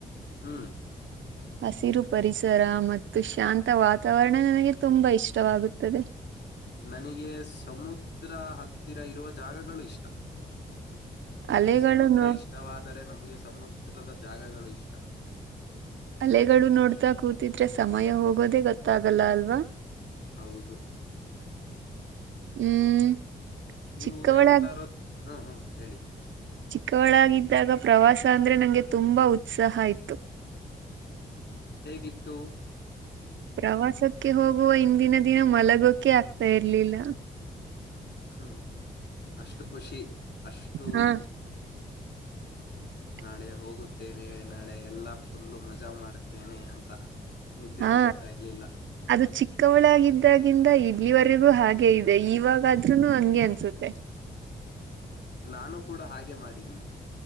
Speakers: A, on the left; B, on the right.
A: ಹ್ಮ್
B: ಹಸಿರು ಪರಿಸರ ಮತ್ತು ಶಾಂತ ವಾತಾವರಣ ನನಗೆ ತುಂಬಾ ಇಷ್ಟವಾಗುತ್ತದೆ
A: ನನಗೆ ಸಮುದ್ರ ಹತ್ತಿರ ಇರುವ ಜಾಗಗಳು ಇಷ್ಟ ನಿಮಗೆ
B: ಅಲೆಗಳು
A: ಸಮುದ್ರ
B: ನೋ
A: ಇಷ್ಟವಾದರೆ ನಮಗೆ ಸಮುದ್ರದ ಜಾಗಗಳು ಇಷ್ಟ
B: ಅಲೆಗಳು ನೋಡ್ತಾ ಕೂತಿದ್ರೆ ಸಮಯ ಹೋಗೋದೇ ಗೊತ್ತಾಗಲ್ಲ ಅಲ್ವಾ
A: ಹೌದು
B: ಹ್ಮ್
A: ನೀವು
B: ಚಿಕ್ಕವಳ
A: ಯಾವತ್ತಾರೂ ಹ್ಮ ಹ್ಮ ಹೇಳಿ
B: ಚಿಕ್ಕ ಒಳಗಿದ್ದಾಗ ಪ್ರವಾಸ ಅಂದ್ರೆ ನಂಗೆ ತುಂಬಾ ಉತ್ಸಾಹ ಇತ್ತು
A: ಹೇಗಿತ್ತು
B: ಪ್ರವಾಸಕ್ಕೆ ಹೋಗುವ ಹಂದಿನ ದಿನ ಮಲಗೋಕೆ ಆಗ್ತಾ ಇರ್ಲಿಲ್ಲ
A: ಹ್ಮ್ ಅಷ್ಟು ಖುಷಿ ಅಷ್ಟು
B: ಹಾ <inaudible>
A: ನಾಳೆ ಹೋಗುತ್ತೇನೆ ನಾಳೆ ಎಲ್ಲಾ ಫುಲ್ಲು ಮಜಾ ಮಾಡ್ತೇನೆ ಅಂತ ನಿದ್ದೆನೆೇ
B: ಹಾ
A: ಬರ್ತಾ ಇರ್ಲಿಲ್ಲ
B: ಅದು ಚಿಕ್ಕವಳಾಗಿದ್ದಾಗಿಂದ ಇಲ್ಲಿವರೆಗೂ ಹಾಗೆ ಇದೆ ಇವಾಗಾದ್ರೂನು ಹಂಗೆ ಅನ್ಸುತ್ತೆ
A: ನಾನು ಕೂಡ ಹಾಗೆ ಮಾಡಿದ್ದನಿ